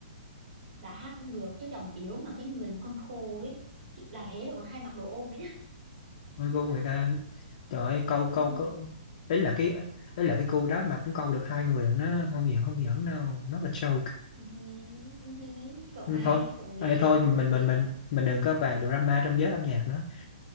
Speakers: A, on the right; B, on the left.
A: đã hát không được cái giọng yếu mà cái người như con khô ấy Chị- là thế rồi còn hay mặc đồ ôm nữa nhá
B: Ôi cô người ta trời ơi, câu
A: <laughs>
B: câu câu đấy là cái đấy là cái cô đó mà cũng câu được hai người rồi nó không giỡn không giỡn đâu nó là joke
A: Ừ hứ, ừ hứ, cậu
B: Ừ,
A: hai
B: thôi
A: cậu ghê
B: Ê, thôi mình
A: cậu
B: mình
A: ghê
B: mình mình đừng có bàn drama trong giới âm nhạc nữa